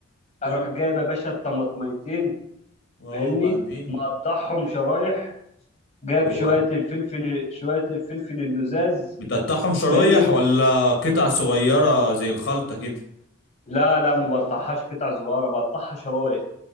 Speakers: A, on the left; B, on the left.
A: قول
B: اروح
A: لي
B: جايب يا باشا الطماطميتين
A: واو
B: فاهمني
A: وبعدين
B: مقطعهم شرايح جايب
A: هو
B: شويه الفلفل شويه الفلفل اللزاز
A: بتقطعهم شرايح
B: فاهمني
A: ولا قطع صغيرة زي الخلطة كده
B: لا لا ما بقطعهاش قطع صغيره بقطعها شرايح